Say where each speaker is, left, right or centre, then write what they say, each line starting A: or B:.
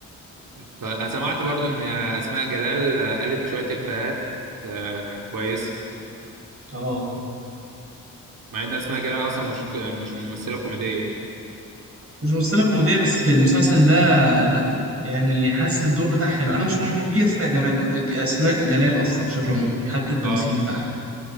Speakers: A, on the right (about 75°); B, on the right (about 40°).
A: طيب انا سمعت برضو ان اسماء جلال قالت شويه افيهات آه، كويسه
B: اه
A: مع ان اسماء جلال اصلا مش مش ممثله كوميديه
B: مش ممثلة كوميدية بس في المسلسل ده لا يعني حاسس الدور بتاعها حلو أنا مش من محبي أسماء جمال أسماء جلال أصلا بشكل عام حتى التمثيل
A: اه
B: بتاعها